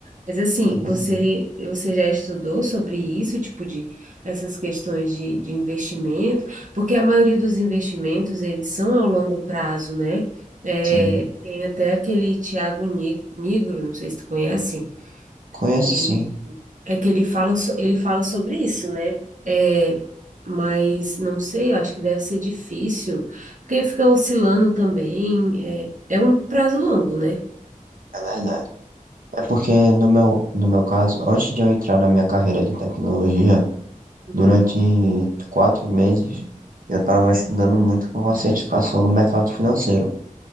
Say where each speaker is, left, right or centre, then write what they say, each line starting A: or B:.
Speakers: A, on the right; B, on the right.
A: Mas assim,
B: verdade.
A: você, você já estudou sobre isso, tipo de essas questões de, de investimento? Porque a maioria dos investimentos, eles são ao longo prazo, né? É,
B: Sim.
A: tem até aquele Tiago Ni- Nigro, não sei se tu conhece,
B: Conheço
A: que ele,
B: sim,
A: é que ele fala, so- ele fala sobre isso, né? É, mas não sei, eu acho que deve ser difícil, porque fica oscilando também, é, é um prazo longo, né?
B: é verdade. É porque no meu, no meu caso, antes de eu entrar na minha carreira de tecnologia,
A: Uhum,
B: durante quatro meses, eu estava estudando muito com a certificação no mercado financeiro,